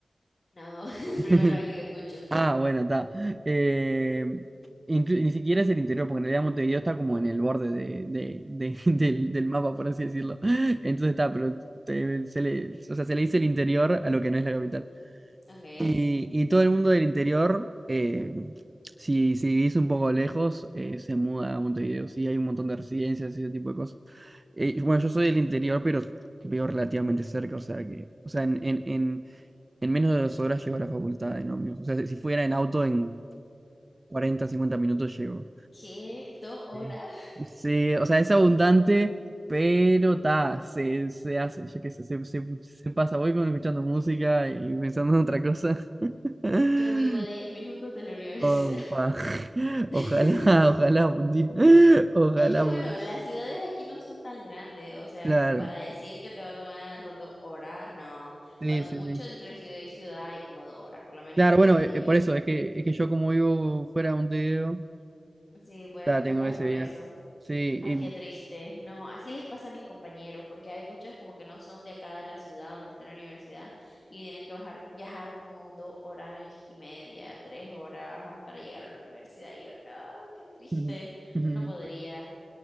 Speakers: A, on the left; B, on the right.
A: No, <laughs>
B: <laughs>
A: primera vez que lo escucho.
B: Ah, bueno, está. Eh, inclu- ni siquiera es el interior, porque en realidad Montevideo está como en el borde de, de- de- <laughs> del, del mapa, por así decirlo. Entonces está, pero te- se le, o sea, se le dice el interior a lo que no es la capital.
A: Ok.
B: Y, y todo el mundo del interior, eh, si, si vivís un poco lejos, eh, se muda a Montevideo. Sí, hay un montón de residencias y ese tipo de cosas. Eh, bueno, yo soy del interior, pero vivo relativamente cerca, o sea que, o sea, en, en, en, en menos de dos horas llego a la facultad en ómnibus. O sea, si si fuera en auto, en 40 50 minutos llego.
A: ¿Qué? ¿Dos horas?
B: Eh, Sí, o sea, es abundante, pero ta, se, se hace, yo qué sé, se, se, se pasa. Voy con escuchando música y pensando en otra cosa. <laughs>
A: Yo vivo a diez minutos de la universidad.
B: Opa. <laughs>
A: <laughs>
B: Ojalá, ojalá un día. <laughs> Ojalá,
A: Es que bueno,
B: bueno.
A: las ciudades aquí no son tan grandes, o sea,
B: Claro.
A: como para decir que te va a tomar dos horas, no.
B: Sí,
A: Cuando
B: sí,
A: mucho
B: sí.
A: entre ciudad y ciudad hay como dos horas, por lo menos
B: Claro,
A: de
B: bueno,
A: donde
B: eh, por
A: yo.
B: eso es que, es que yo como vivo fuera de Montevideo,
A: Sí, pues
B: ya tengo
A: capaz
B: ese
A: es por
B: viaje.
A: eso.
B: Sí, y-
A: Ay, qué triste. No, así les pasa a mis compañeros, porque hay muchos como que no son de acá de la ciudad donde está la universidad y tienen que bajar, viajar como dos horas y media, tres horas para llegar a la universidad. Y yo, no, qué triste.
B: <laughs> Ujú, ujú.
A: No podría.